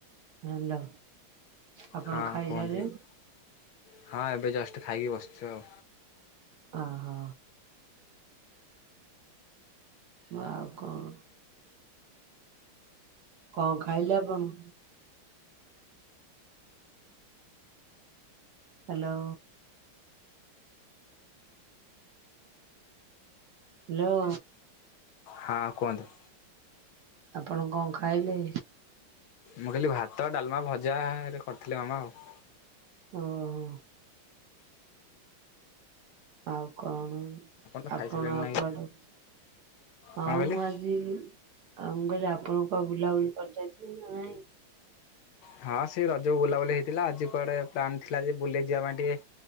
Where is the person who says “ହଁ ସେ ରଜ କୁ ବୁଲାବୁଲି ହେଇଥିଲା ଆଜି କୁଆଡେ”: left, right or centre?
Left